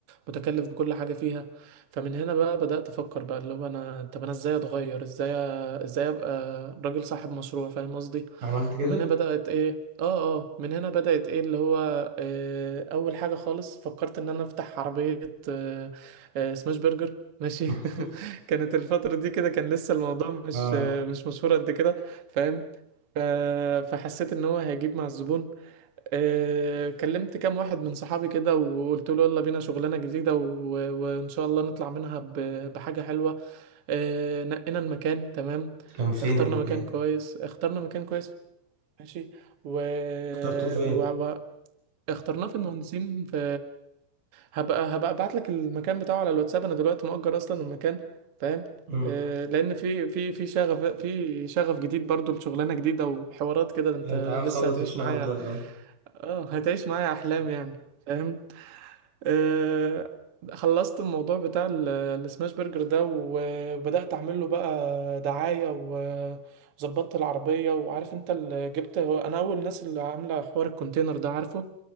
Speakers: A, on the right; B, on the right.
A: متكلف بكل حاجة فيها فمن هنا بقى بدأت افكر بقى اللي هو انا طب انا ازاي اتغير ازاي ازاي ابقى راجل صاحب مشروع فاهم قصدي
B: عملت كده
A: ومن هنا بدأت ايه اه اه من هنا بدأت ايه اللي هو آه اول حاجة خالص فكرت ان انا افتح عربية آه آه سماش برجر ماشي
B: <laughs>
A: <laughs> كانت الفترة دي كده كان لسه الموضوع مش
B: آه
A: آه مش مشهور قد كده فاهم ف- فحسيت ان هو هيجيب مع الزبون آه كلمت كام واحد من صحابي كده وقلت له يلا بينا شغلانة جديدة و- وان شاء الله نطلع منها ب- بحاجة حلوة آه، نقينا المكان تمام
B: كان فين
A: اخترنا
B: المكان
A: مكان كويس اخترنا مكان كويس ماشي و...
B: اخترتوه فين
A: و... و... اخترناه في المهندسين في هبقى هبقى ابعت لك المكان بتاعه على الواتساب انا دلوقتي مؤجر اصلا المكان فاهم
B: مم.
A: آه، لان في في في شغف في شغف جديد برضو لشغلانه جديده وحوارات كده ده انت
B: الامتحان خلص
A: لسه هتعيش
B: الشغف
A: معايا
B: ده الأول
A: اه هتعيش معايا احلام يعني فاهم آه، خلصت الموضوع بتاع ال- السماش برجر ده وبدأت أعمل له بقى دعاية و- وظبطت العربية وعارف أنت اللي جبت هو أنا أول الناس اللي عاملة حوار الكونتينر ده عارفه